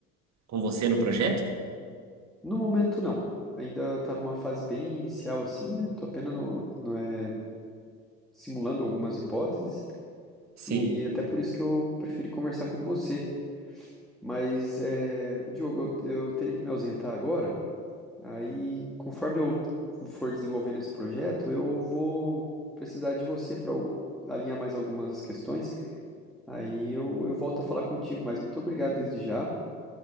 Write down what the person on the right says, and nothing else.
com você no projeto?
Sim.